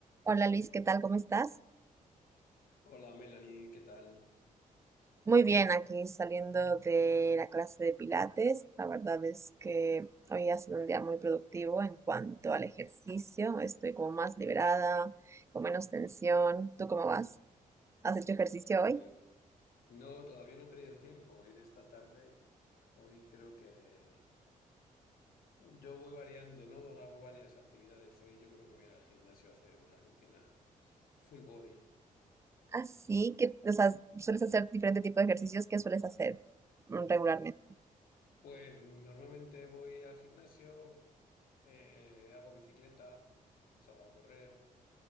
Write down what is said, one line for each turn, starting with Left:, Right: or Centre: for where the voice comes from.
Right: Hola Liz, ¿qué tal? ¿Cómo estás?
Left: Hola Melanie, ¿qué tal?
Right: Muy bien, aquí saliendo de la clase de Pilates. La verdad es que hoy ha sido un día muy productivo en cuanto al ejercicio. Estoy como más liberada, con menos tensión. ¿Tú cómo vas? ¿Has hecho ejercicio
Left: Pues
Right: hoy?
Left: no, todavía no he tenido tiempo ir esta tarde. Hoy creo que yo voy variando, ¿no? Hago varias actividades. Hoy yo creo que voy a ir al gimnasio a hacer una rutina full body.
Right: Así que, o sea, sueles hacer diferente tipo de ejercicios que sueles hacer mm, regularmente.
Left: Pues normalmente voy al gimnasio, eh, hago bicicleta, salgo a correr,